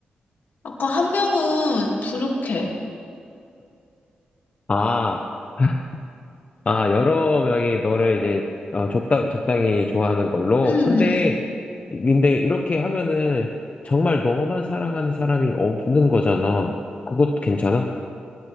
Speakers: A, on the left; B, on the left.
A: 아까 한 명은 부족해.
B: 아. <laughs> 아, 여러 명이 너를 이제 어, 적당, 적당히 좋아하는 걸로.
A: 음.
B: 근데, 근데 이렇게 하면은 정말 너만 사랑하는 사람이 없는 거잖아. 그것 괜찮아?